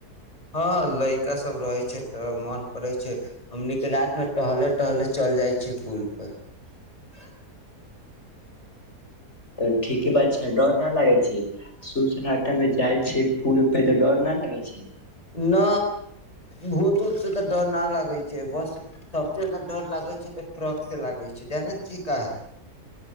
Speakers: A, on the left; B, on the left.
A: हँ लड़िका सब रहै छै। तऽ मन करै छै। हमनीके रतिमे टहले टहले चल जाइ छै। पुल पर त
B: तऽ ठीके बात छै डर डर लागै छै। सूसना जाइ छैियै पू प तऽ डर नहि लगै छै।
A: न भूत उऊत से तऽ डर नहि लागै छै। बस सबसे जादा डर लागै छै। तऽ ट्रक से लागै छै। ज चीका है